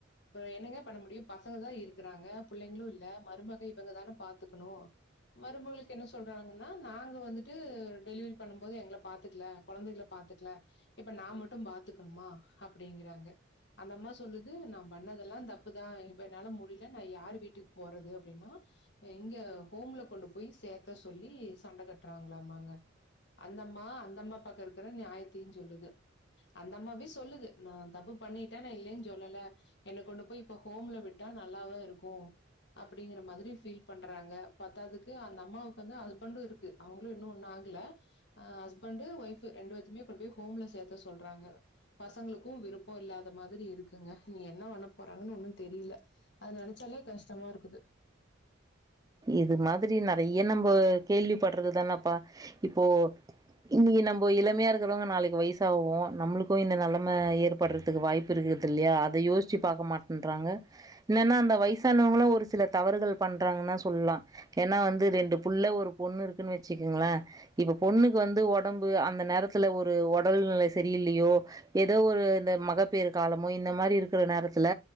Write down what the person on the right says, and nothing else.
இது மாதிரி நெறைய நம்போ கேள்வி படுறதுதானேப்பா இப்போ இன்னைக்கு நம்ம இளமையா இருக்கிறவங்க நாளைக்கு வயசாவோம் நம்மளுக்கு இந்த நெலம ஏற்படுறதுக்கு வாய்ப்பு இருக்குது இல்லையா அத யோசிச்சு பாக்க மாட்டன்றாங்க என்னன்னா அந்த வயசானவங்களு ஒரு சில தவறுகள் பண்றாங்கன்னா சொல்லா ஏன்னா வந்து ரெண்டு புள்ள ஒரு பொண்ணு இருக்குன்னு வச்சுக்கங்களே இப்ப பொண்ணுக்கு வந்து ஒடம்பு அந்த நேரத்துல ஒரு ஒடல் நிலை சரியில்லையோ ஏதோ ஒரு இந்த மகப்பேறு காலமோ இந்த மாரி இருக்கிற நேரத்துல